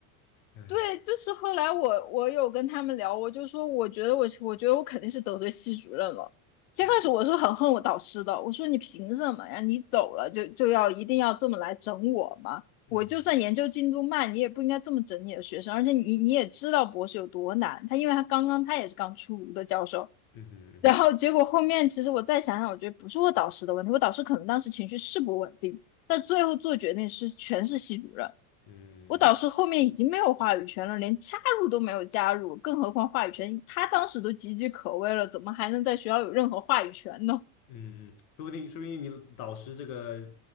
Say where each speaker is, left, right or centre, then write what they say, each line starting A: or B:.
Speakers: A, on the left; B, on the left.
A: 嗯
B: 对，就是后来我我有跟他们聊，我就说我觉得我我觉得我肯定是得罪系主任了。先开始我是很恨我导师的，
A: 嗯
B: 我说你凭什么呀？你走了就就要一定要这么来整我吗？
A: 嗯
B: 我就算研究进度慢，你也不应该这么整你的学生，而且你你也知道博士有多难，他因为他刚刚他也是刚出炉的教授，
A: 嗯嗯嗯，
B: 然后结果后面其实我再想想，我觉得不是我导师的问题，我导师可能当时情绪是不稳定，但最后做决定是全是系主任。
A: 嗯
B: 我导师后面已经没有话语权了，连加入都没有加入，更何况话语权，他当时都岌岌可危了，怎么还能在学校有任何话语权呢？
A: 嗯嗯，说不定说不定你导师这个